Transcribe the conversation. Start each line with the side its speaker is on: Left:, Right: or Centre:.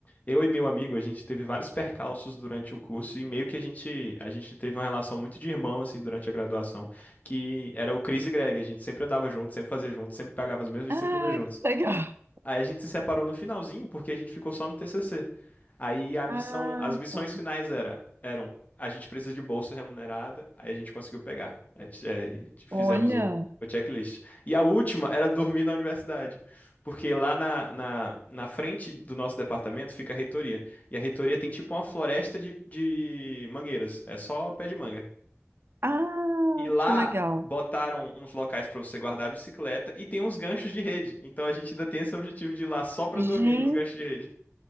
Left: Eu e meu amigo, a gente teve vários percalços durante o curso e meio que a gente, a gente teve uma relação muito de irmão, assim, durante a graduação, que era o Chris e Greg. A gente sempre andava junto, sempre fazia junto, sempre pagava as mesmas
Right: Ah,
Left: disciplinas juntos.
Right: que legal.
Left: Aí a gente se separou no finalzinho, porque a gente ficou só no TCC. Aí a
Right: Ah,
Left: missão, as missões
Right: tá.
Left: finais era, eram, a gente precisa de bolsa remunerada, aí a gente conseguiu pegar. É, é, fizemos
Right: Olha.
Left: o, o checklist. E a última era dormir na universidade, porque lá na, na, na frente do nosso departamento fica a reitoria. E a reitoria tem tipo uma floresta de, de mangueiras, é só pé de manga.
Right: Ah,
Left: E lá
Right: que legal.
Left: botaram uns locais pra você guardar a bicicleta e tem uns ganchos de rede. Então a gente ainda tem esse objetivo de ir lá só pra dormir
Right: Gente.
Left: nos ganchos de rede.